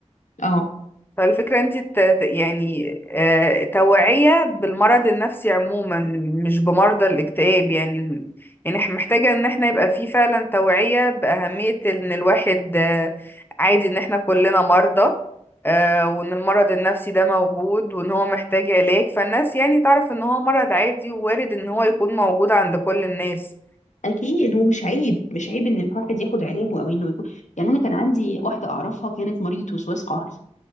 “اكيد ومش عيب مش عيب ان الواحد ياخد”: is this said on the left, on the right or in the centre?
Left